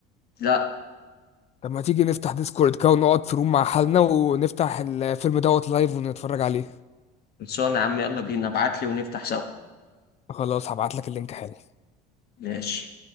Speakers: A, on the left (about 50°); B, on the left (about 35°).
A: لا
B: طب ما تيجي نفتح ديسكورد كده ونقعد في روم مع حالنا ونفتح الفيلم دوت لايف ونتفرج عليه
A: خلصانه يا عم يلا بينا ابعت لي ونفتح سوا
B: خلاص هبعت لك اللينك حالا
A: ماشي